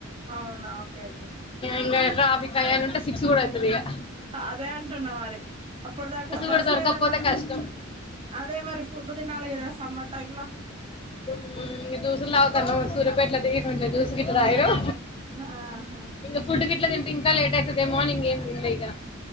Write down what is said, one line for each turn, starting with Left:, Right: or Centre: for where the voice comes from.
Right: అవునా ఓకే ఓకే
Left: ఇంగా ట్రాఫిక్ అయ్యంట సిక్స్ అవుతుంది ఇక
Right: అదే అంటున్నా మరి అప్పుటి దాకా బస్సు
Left: కూడా దొరకకపోతే
Right: ఏదన్నా
Left: కష్టం
Right: అదే మరి ఫుడ్ తినాలే కదా సమ్మర్ టైంల
Left: ఉమ్ జూసులు తాగుతన్నము సూర్యపేట్ల దిగి కొంచెం జూస్ గిట్ట తాగినం
Right: ఆహా
Left: ఇంకా ఫుడ్ గట్ల తింటే ఇంకా లేట్ అయిత ఏమో అని మార్నింగ్ ఏం తిన్లే ఇగ